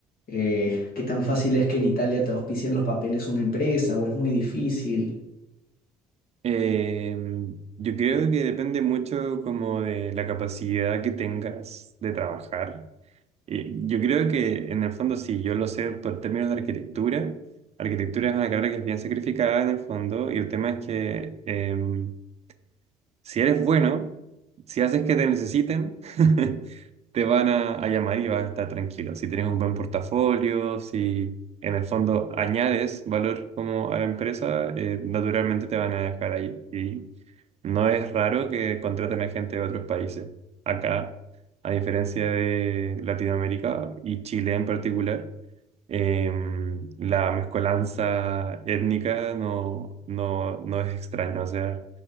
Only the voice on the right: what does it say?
Eh, yo creo que depende mucho como de la capacidad que tengas de trabajar Eh, Yo creo que en el fondo sí, yo lo sé por términos de arquitectura. Arquitectura es una carrera que es bien sacrificada en el fondo y el tema es que em, si eres bueno, si haces que te necesiten, <laughs> te van a, a llamar y vas a estar tranquilo. Si tienes un buen portafolio, si en el fondo añades valor como a la empresa, eh, naturalmente te van a dejar ahí. Y no es raro que contraten a gente de otros países. Acá, a diferencia de Latinoamérica y Chile en particular, em, la mezcolanza étnica no, no, no es extraña. O sea,